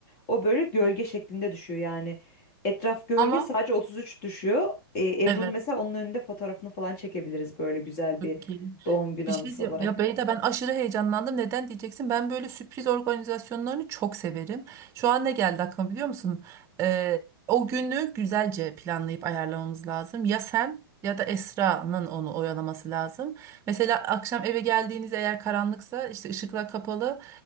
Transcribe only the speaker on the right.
Ama
evet
çok iyi.
Bir
şey diyeyim.
Ya Beyda ben aşırı heyecanlandım. Neden diyeceksin? Ben böyle sürpriz organizasyonlarını çok severim. Şu an ne geldi aklıma biliyor musun? Ee, o günü güzelce planlayıp ayarlamamız lazım. Ya sen ya da Esra'nın onu oyalaması lazım. Mesela akşam eve geldiğiniz eğer karanlıksa işte ışıklar kapalı.